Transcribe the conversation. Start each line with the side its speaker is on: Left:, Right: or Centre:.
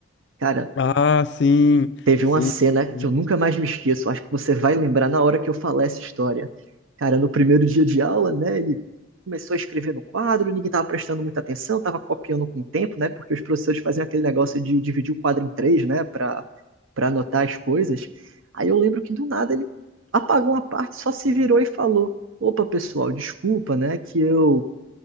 Right: Cara,
Left: Ah, sim,
Right: Teve
Left: sim.
Right: uma cena
Left: sim.
Right: que eu nunca mais me esqueço. Acho que você vai lembrar na hora que eu falar essa história. Cara, no primeiro dia de aula, né? Ele começou a escrever no quadro, ninguém estava prestando muita atenção, estava copiando com o tempo, né? Porque os professores faziam aquele negócio de dividir o quadro em três, né? Para para anotar as coisas. Aí eu lembro que do nada ele apagou uma parte, só se virou e falou: Opa, pessoal, desculpa, né? Que eu,